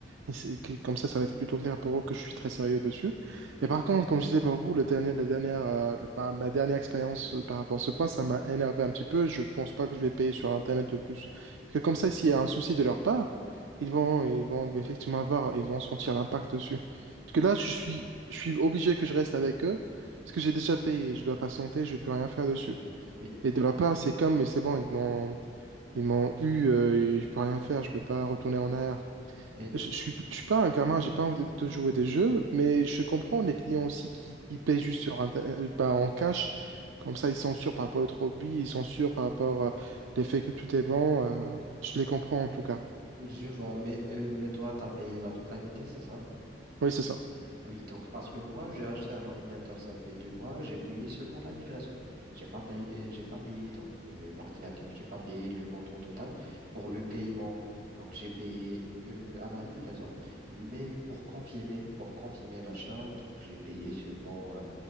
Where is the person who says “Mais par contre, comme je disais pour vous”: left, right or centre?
Right